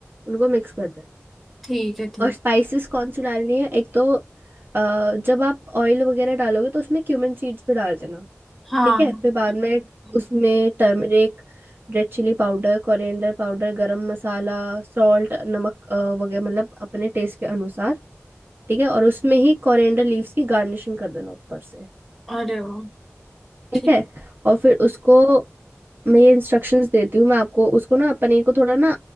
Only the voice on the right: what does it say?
उनको मिक्स कर देना
और स्पाइसेस कौन सी डालनी है एक तो अ, जब आप ऑयल वगैरह डालोगे तो उसमें क्यूमिन सीड्स भी डाल देना
ठीक है फिर बाद में
उसमें turmeric red chilli powder coriander powder garam masala salt नमक अ, वगैरह मतलब अपने टेस्ट के अनुसार ठीक है और उसमें ही कोरिएंडर लीव्स की गार्निशिंग कर देना ऊपर से
ठीक
है और फिर उसको मैं ये इंस्ट्रक्शंस देती हूँ मैं आपको उसको ना पनीर को थोड़ा ना